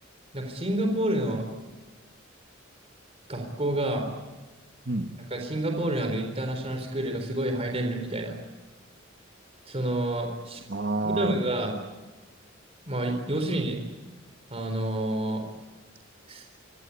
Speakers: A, on the right; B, on the right.
A: なんかシンガポールの学校が、
B: うん。
A: なんかシンガポールにあるインターナショナルスクールがすごいハイレベルみたいな。その、しプログラムが、
B: ああ、
A: まあ、要するに、あのーす